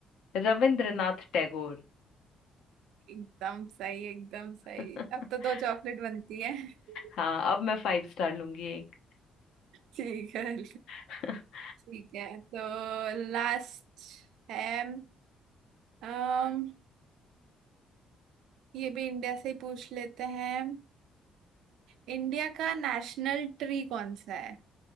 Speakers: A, on the left (about 70°); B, on the right (about 80°).
A: रविंद्रनाथ टैगोर
B: एकदम सही एकदम सही
A: <laughs>
B: अब तो दो चॉकलेट बनती है <laughs>
A: हाँ अब मैं फाइव स्टार लूंगी एक
B: ठीक है
A: <laughs>
B: ठीक है तो लास्ट है अम ये भी इंडिया से ही पूछ लेते हैं इंडिया का नेशनल ट्री कौन सा है